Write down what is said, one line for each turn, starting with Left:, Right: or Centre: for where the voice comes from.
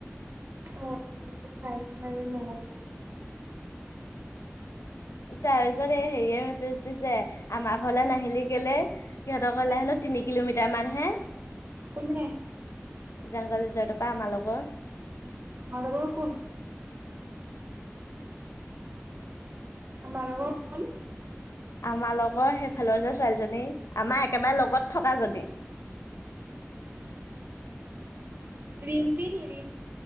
Right: অ পাইচ ম ন <inaudible>
Left: তাৰপিছত এই হেইয়ে মেচ চেজ দিছে আমাৰ ঘৰলৈ নাহিলি কেলে সিহঁতৰ
Right: কোনে
Left: ঘলে হেনো তিনি কিলোমিটাৰ মান হে <unintelligible>
Right: কোনে
Left: জাংগল যুজাৰটোৰ পৰা আমাৰ লগৰ
Right: ভাল বাৰু কোন মানবৰ ফোন
Left: আমাৰ লগৰ সেইফালৰ যে ছোৱালীজনী আমাৰ একেবায়ে লগত থকা জনী উম <unintelligible>
Right: ৰিমপি নি ৰিম